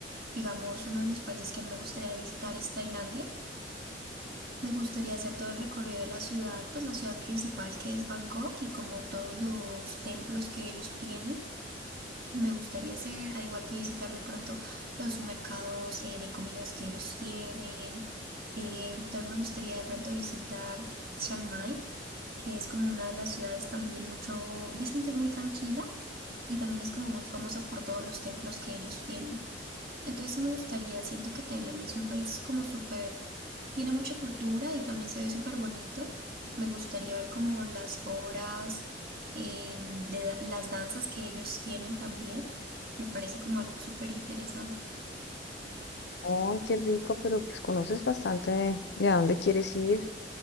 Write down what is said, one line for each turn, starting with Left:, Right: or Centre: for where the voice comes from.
Right: Digamos, uno de los países que me gustaría visitar es Tailandia. Me gustaría hacer todo el recorrido de la ciudad, pues la ciudad principal que es Bangkok y como todos los templos que ellos tienen. Me gustaría hacer, al igual que visitar de pronto los mercados eh, de comidas que ellos tienen. Eh, también me gustaría de pronto visitar Chiang Mai, que es como una de las ciudades también mucho, dicen que es muy tranquila y también es como muy famosa por todos los templos que ellos tienen. Entonces sí me gustaría, siento que Tailandia es un país como súper, tiene mucha cultura y también se ve súper bonito. Me gustaría ver como las obras em, de da- las danzas que ellos tienen también. Me parece como algo súper interesante.
Left: Ay, qué rico, pero pues conoces bastante de, de a dónde quieres ir.